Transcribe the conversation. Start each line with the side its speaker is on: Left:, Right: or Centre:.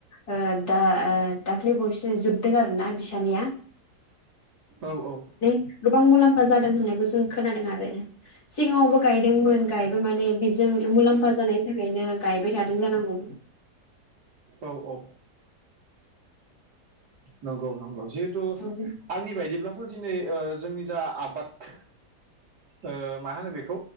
Left: ओ दा ओ दाख्लै बावैसो जोबदों आरोना बिस्रानिया
Right: औ औ।
Left: गोबां मुलाम्फा जादों होननायखौ जों खोनादों आरो। सिगाङावबो गायदोंमोन गायबा माने बेजों मुलाम्फा जानायनि थाखायनो गायबाय थादों जानांगौ।
Right: औ औ। नंगौ नंगौ जिहेथु
Left: औ
Right: आंनि बायदिब्लाथ' दिनै ओ जोंनि जा आबाद ओ मा होनो बेखौ?